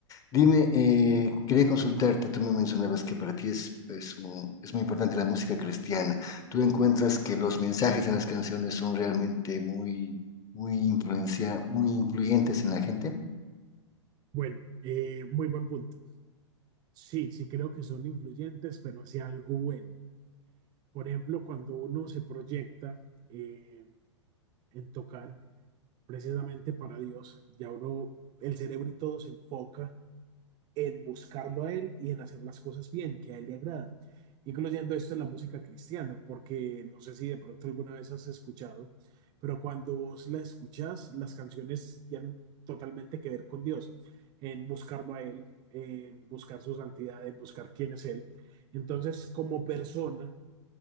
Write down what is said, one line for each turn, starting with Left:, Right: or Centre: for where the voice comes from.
Left: Dime, eh, quería consultarte, tú me mencionabas que para ti es, es, un- es muy importante la música cristiana. ¿Tú encuentras que los mensajes en las canciones son realmente muy, muy influencia, muy influyentes en la gente?
Right: bueno, eh, muy buen punto. Sí, sí creo que son influyentes, pero hacia algo bueno. Por ejemplo, cuando uno se proyecta eh, en tocar precisamente para Dios, ya uno, el cerebro y todo se enfoca en buscarlo a Él y en hacer las cosas bien, que a Él le agrada, incluyendo esto en la música cristiana, porque no sé si de pronto alguna vez has escuchado, pero cuando vos la escuchas, las canciones tienen totalmente que ver con Dios, en buscarlo a Él, en buscar su santidad, en buscar quién es Él. Entonces, como persona,